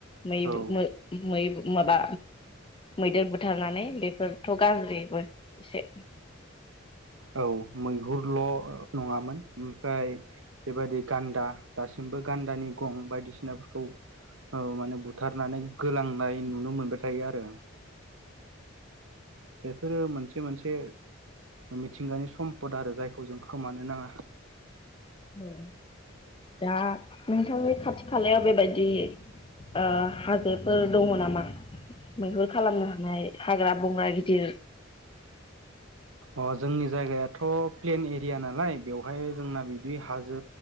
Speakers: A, on the left; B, on the right.
A: मै
B: औ
A: मै माबा मैदेर बुथारनानै बेफोरथ गाज्रिबो एसे
B: औ मैहुरल नङामोन ओमफ्राय बेबादि गान्दा दासिमबो गान्दानि गं बायदिसिनाफोरखौ औ माने बुथारनानै गोलांनाय नुनो मोनबाय थायो आरो बेफोरो मोनसे मोनसे मिथिंगानि सम्पद आरो जायखौ जों खोमानो नाङा
A: ओ दा नोंथांनि खाथि खालायाव बेबायदि ओ हाजो फोर दङ नामा मैहुर खालामनो हानाय हाग्रा बुंग्रा गिदिर
B: अ जोंनि जायगायाथ प्लेन एरिया नालाय बेयाव ओमफाय जोंना बिदि हाजो